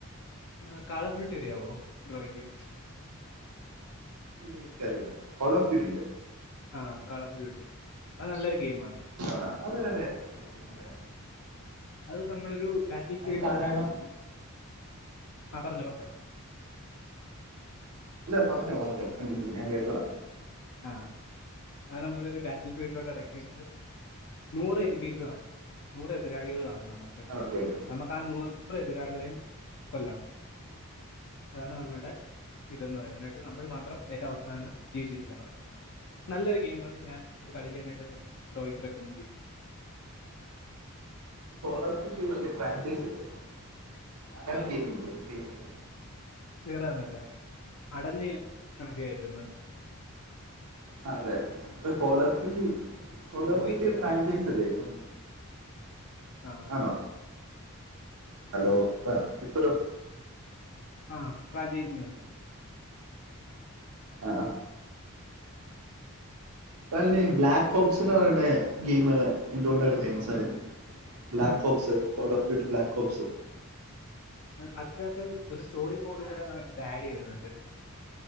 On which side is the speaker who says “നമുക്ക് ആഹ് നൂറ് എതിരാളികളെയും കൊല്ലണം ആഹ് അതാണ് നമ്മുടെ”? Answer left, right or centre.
Left